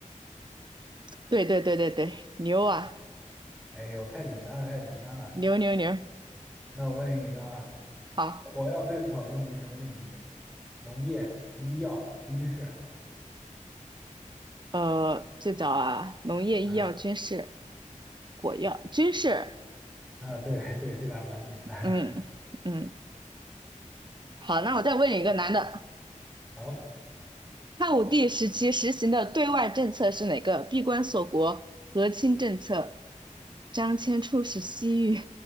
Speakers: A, on the right; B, in the centre.
A: 对对对对对，牛啊，
B: 哎呦，太简单了，太简单了。
A: 牛牛牛。
B: 那我问你一个啊
A: 好，
B: 火药最早用于什么领域？农业、医药、军事。
A: 呃，最早啊，农业、
B: 啊
A: 医药、军事、火药、军事。
B: 啊，对对，这个还蛮简单。
A: 嗯嗯，好，那我再问你一个难的，
B: 好，
A: 汉武帝时期实行的对外政策是哪个？闭关锁国、和亲政策、张骞出使西域。